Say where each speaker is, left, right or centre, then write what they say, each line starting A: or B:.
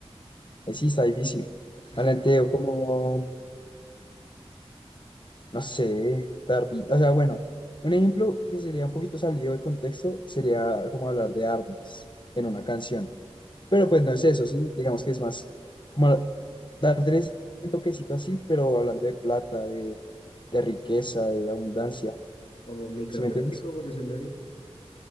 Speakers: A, on the left; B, on the left.
A: Eh, Sí, está difícil.
B: <laughs>
A: Maleanteo, como, no sé, darby. O sea, bueno, un ejemplo que sería un poquito salido de contexto sería como hablar de armas en una canción. Pero pues no es eso, sí, digamos que es más como darle ese toquecito así, pero hablando de plata, de, de riqueza, de abundancia,
B: Como microtráfico,
A: ¿sí me entiendes?
B: por decirlo así.